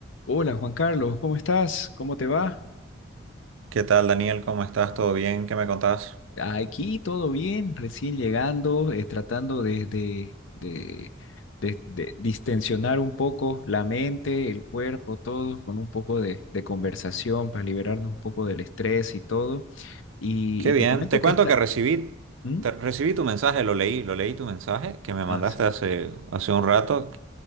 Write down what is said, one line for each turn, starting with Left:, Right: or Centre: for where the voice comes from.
Left: Hola Juan Carlos, ¿cómo estás? ¿Cómo te va?
Right: ¿Qué tal, Daniel? ¿Cómo estás? ¿Todo bien? ¿Qué me contás?
Left: Aquí todo bien, recién llegando, eh, tratando de, de, de- de- de distensionar un poco la mente, el cuerpo, todo, con un poco de, de conversación para liberarnos un poco del estrés y todo. Y,
Right: Qué
Left: y
Right: bien.
Left: te comento
Right: Te cuento
Left: que está...
Right: que recibí,
Left: ¿Mm?
Right: te- recibí tu mensaje, lo leí, lo leí tu mensaje que me mandaste
Left: Ah, sí.
Right: hace, hace un rato